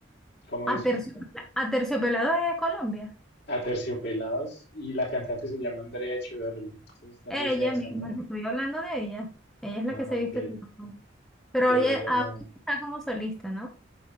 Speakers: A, on the left; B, in the centre.
A: ¿Cómo
B: Aterciopela-
A: dice?
B: aterciopelado es de Colombia,
A: Aterciopelados y la cantante se llama Andrea Echeverry. Entonces tal
B: ella
A: vez sea esa,
B: misma,
A: ¿no?
B: te estoy hablando de ella, ella es la
A: Ah,
B: que se
A: ok.
B: viste todo, pero
A: Pero
B: oye,
A: ella
B: ahorita
A: no.
B: está como solista, ¿no?